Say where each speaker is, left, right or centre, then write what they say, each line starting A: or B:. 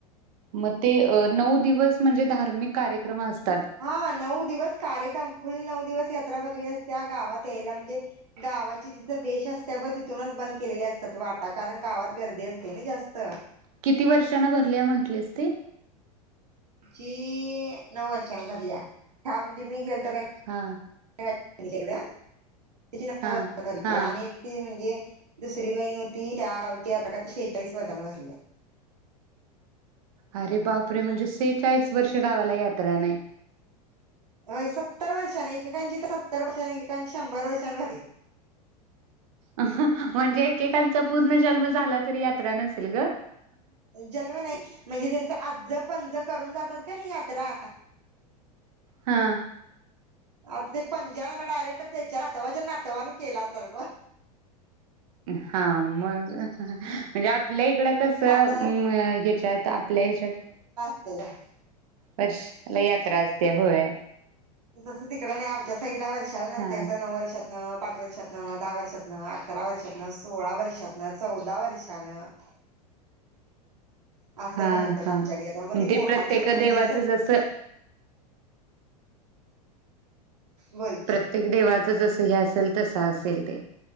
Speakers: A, on the right; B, on the right.
A: मग ते नऊ दिवस म्हणजे धार्मिक कार्यक्रम असत
B: हा नऊ दिवस कार्यक्रम फुल नऊ दिवस यात्रा भरलेली असत्या गावात यायला म्हणजे, गावाची तिथं वेश असते अग तिथूनच बंद केलेली असतात वाटा कारण गावात गर्दी असते ना जास्त.
A: किती वर्षांन भरले म्हंटलेस ते
B: ही नऊ वर्षान भरल्या ह्या म्हणजे मी गेल तका.
A: हा
B: त्याच्याकड. त्या ची
A: हा
B: झाली
A: हा
B: आणि ती म्हणजे दुसरी बहिणी होती त्या गावची आता का शेहेचाळीस वर्षान भरल्या.
A: अरे बापरे म्हणजे सेचाळीस वर्ष गावाला यात्रा नाही.
B: अ सत्तर वर्ष एकके कांच्या इथं सत्तर वर्ष त्यानं शंभर वर्षान भरली.
A: अहं म्हणजे एकेकांचा पूर्ण जन्म झाला तरी यात्रा नसेल ग.
B: जन्म नाही म्हणजे त्यांच आजज पणज करून जातात का नाही यात्रा.
A: हा.
B: आता ते पंजान डायरेक्ट त्याच्या नातवाच्या नातवान केला असेल बग.
A: हा मग म्हणजे आपल्या इकडं कस ह्याच्यात
B: असा
A: आपल्या ह्याच्यात
B: हो <unintelligible>
A: वर्षांला यात्रा असते होय.
B: तस तिकड नाही आमच्यास साईटला वर्षाला नसते
A: हा
B: असं नऊ वर्षात न पाच वर्षातन, दहा वर्षातन, अकरा वर्षातन, सोळा वर्षातन, चौदा वर्षानं असं
A: हा
B: भरतात
A: हा
B: आमच्याकडे यात्रा मग ती
A: ते
B: मोठान
A: प्रत्येक
B: म्हणजे
A: देवाचं
B: असं
A: जसं
B: बोल
A: प्रत्येक
B: की
A: देवा जस हे असेल तस असेल ते.